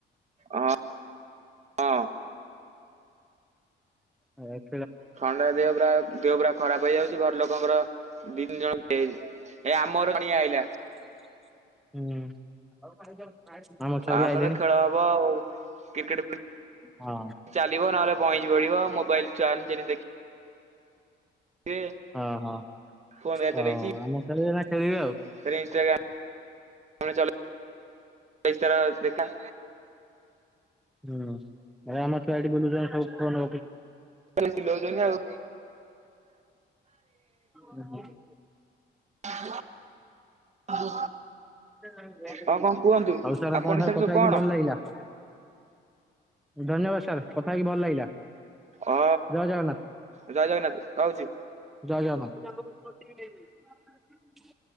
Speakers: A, on the right (about 35°); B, in the centre.
A: ହଁ, ହଁ।
B: ହେଇ
A: ଥଣ୍ଡା ଦେହ ପୁରା ଦେହ ପୁରା ଖରାପ ହେଇଯାଉଚି। ଘର ଲୋକଙ୍କର ଦି ତିନି ଜଣ <unintelligible> ଏ ଆ ମୋର <unintelligible> ଆଇଲା।
B: ହୁଁ। ଆମ ଛୁଆ ବି
A: ଆସନ୍ତେ
B: ଆଇଲେଣି।
A: ଖେଳ ହବ ଆଉ କ୍ରିକେଟ
B: ହଁ
A: ଚାଲିବ ନହେଲେ <unintelligible> ପଡିବ ମୋବାଇଲ ଚାର୍ଜ ରେ ଦେଖି କିଏ
B: ହଁ ହଁ
A: ଫୋନ ର
B: ହଁ
A: ଚଲେଇଚି ଇଷ୍ଟାଗ୍ରାମ୍
B: ଆମ ଖେଳିବେ ନା ଖେଳିବେ ଆଉ।
A: ଫୋନ୍ ରେ ଚଲେ ଇଷ୍ଟାଗ୍ରାମ୍ ରେ ଦେଖା
B: ହୁଁ ହେରା ଆମ ଛୁଆ ଏଠି ବୁଲୁଛନ୍ତି ସବୁ ଫୋନ୍।
A: ଚିଲଉଛନ୍ତି ଆଉ
B: <unintelligible>
A: <inaudible>
B: ଆଉ
A: ହଁ କଣ କୁହନ୍ତୁ
B: ସାର୍ ଆପଣଙ୍କ
A: ଆପଣ
B: ସଙ୍ଗେ
A: ସେଠୁ
B: କଥା
A: କଣ?
B: ହେଇକି ଭଲ ଲାଗିଲା। <inaudible> ଧନ୍ୟବାଦ ସାର୍ କଥା ହେଇକି ଭଲ ଲାଗିଲା।
A: ଓ
B: ଜୟ ଜଗନ୍ନାଥ।
A: ଜୟ ଜଗନ୍ନାଥ ରହୁଛି।
B: ଜୟ ଜଗନ୍ନାଥ।